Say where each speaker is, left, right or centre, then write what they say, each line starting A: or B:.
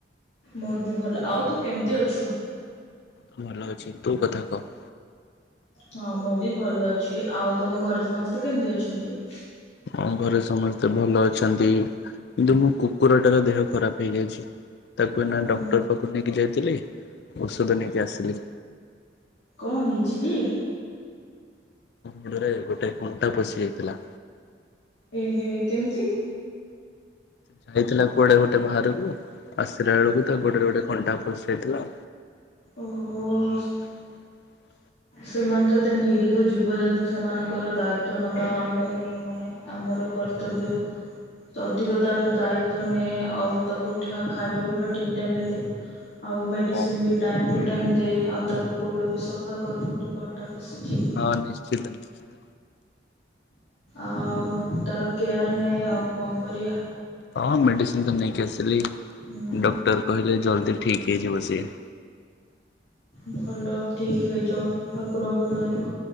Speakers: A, on the left; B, on the left.
A: ମୋର ବି ଭଲ ଆଉ ତୁ କେମିତି ଅଛୁ
B: ଭଲ ଅଛି ତୋ କଥା କହ।
A: ହଁ ମୁଁ ବି ଭଲ ଅଛି ଆଉ ତମ ଘରେ ସମସ୍ତେ କେମିତି ଅଛନ୍ତି।
B: ତମ ଘରେ ସମସ୍ତେ ଭଲ ଅଛନ୍ତି। କିନ୍ତୁ ମୋ କୁକୁରଟାର ଦେହ ଖରାପ ହେଇଯାଇଛି। ତାକୁ ଏନା
A: ଉଁ
B: ଡକ୍ଟର ପାଖକୁ ନେଇକି ଯାଇଥିଲି ଔଷଧ ନେଇକି ଆସିଲି।
A: କଅଁ ହେଇଛି ଗି?
B: ଗୋଡରେ ଗୋଟେ କଣ୍ଟା ପଶି ଯାଇଥିଲା।
A: ଏ, ହେ କେମିତି
B: ଯାଇଥିଲା କୁଆଡେ ଗୋଟେ ବାହାରକୁ। ଆସିଲା ବେଳକୁ ତା ଗୋଟରେ ଗୋଟେ କଣ୍ଟା ପଶିଯାଇଥିଲା।
A: ଓହୋ।
B: ହ <inaudible>
A: ସେମାନେ ତ ଏତେ ନିରୀହ ଜୀବଜନ୍ତୁ ସେମାନଙ୍କର ଦାୟିତଵ ନବା ଆମର ହିଁ ମାନେ ଆମର କର୍ତ୍ତବ୍ୟ ତ ଅଧିକ ତାର ଦାୟିତ୍ ନିଏ ଆଉ ତାକୁ ଖାଇବା ପିଇବା ଠିକ୍ ଟାଇମ୍ ଦେଏ ଆଉ ମେଡ଼ିସିନ
B: ହଁ
A: ବି ଟାଇମ ଟୁ ଟାଇମ ଦେ ଆଉ ତାର ଗୋଡ଼ ବି ସଫା କରୁ ଯେଉଠି କଣ୍ଟା ପଶିଛି
B: ହଁ ନିଶ୍ଚିତ ନିଶ୍ଚିତ।
A: ଆଉ ତାର କେୟାର ନେ ଆଉ କଅଁ କରିବା।
B: ହଁ ମେଡ଼ିସିନ ତ ନେଇକି ଆସିଲି
A: ହୁଁ
B: ଡକ୍ଟର କହିଲେ ଜଲ୍ଦି ଠିକ୍ ହେଇଯିବ ସିଏ।
A: ଭଲ ଠିକ୍ ହେଇ ଯାଉ ଠାକୁରଙ୍କ ଦୟା ରୁ